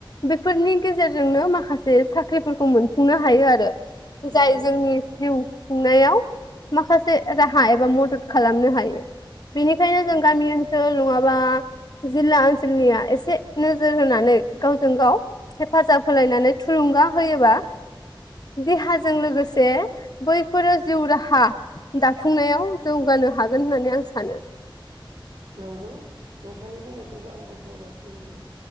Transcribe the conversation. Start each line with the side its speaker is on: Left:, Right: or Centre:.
Left: बेफोरनि गेजेरजोंनो माखासे साख्रिफोरखौ मोनफुंनो हायो आरो जाय
Right: नंगौ
Left: जोंनि जिउ खुंनायाव माखासे राहा एबा मदद खालामनो हायो बेनिखायनो
Right: नंगौ
Left: जों गामि ओनसोल नङाबा जिल्ला ओनसोलनिया एसे नोजोर होनानै गाव जों गाव हेफाजाब होलायनानै थुलुंगा होयोबा देहाजों लोगोसे बैफोरो जिउ राहा दाफुंनायाव जौगानो हागोन होननानै आं सानो
Right: नंगौ नोंथांनि बुंनायखौबो आंबो गनायथि होयो